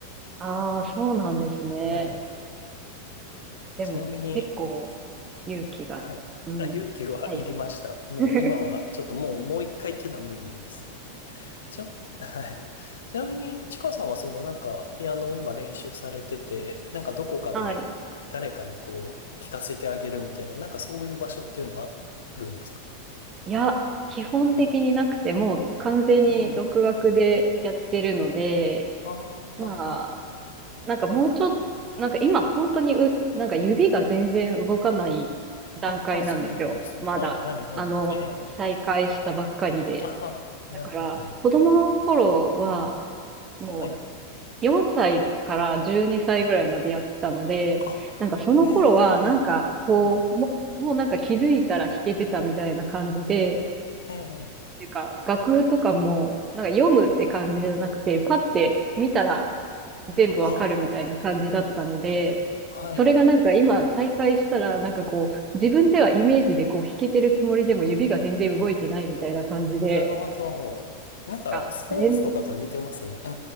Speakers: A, on the right (about 25°); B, on the left (about 65°).
A: ああ、そうなんですね。
B: はい。
A: でも結構
B: ちなみに、
A: 勇気が。
B: はい。
A: うん。
B: あ、勇気はいりました。
A: はい。
B: もう今は、
A: <laughs>
B: ちょっともう、もう一回っていうのは無理ですね。ちな、<laughs> はい。ちなみに、ちかさんはそのなんか、ピアノを今練習されてて、なんかどこかで誰かにこう、
A: はい。
B: 聞かせてあげるみたいな、なんかそういう場所っていうのはあるんですか
A: いや、基本的になくて、
B: はい。
A: もう完全に独学でやってるので、
B: ええ。ああ、
A: まあ、なんかもうちょっと、なんか今本当にう、なんか指が全然動かない段階なんですよ。
B: ああ、そうなんですね。
A: まだ。
B: はい、はい、はい。
A: あの、
B: ええ。
A: 再開したばっかりで。
B: ああ、
A: だから、
B: なるほど、なるほど。
A: 子供の頃は、もう
B: はい。
A: 4歳から12歳ぐらいまでやってたので、
B: あ、
A: なんかその頃は、
B: ええ、
A: なんかこう、
B: はい。
A: もう、もうなんか気づいたら弾けてたみたいな感じで、
B: ええ、
A: ていうか、楽譜とかも、なんか読むって感じじゃなくて、パって見たら全部わかるみたいな感じだったので、
B: ああ、はい。
A: それがなんか今再開したら、なんかこう、自分ではイメージでこう弾けてるつもりでも指が全然動いてないみたいな感じで、
B: なるほど。なんか、
A: あ、
B: スポーツとかと似てますね。
A: 全、
B: う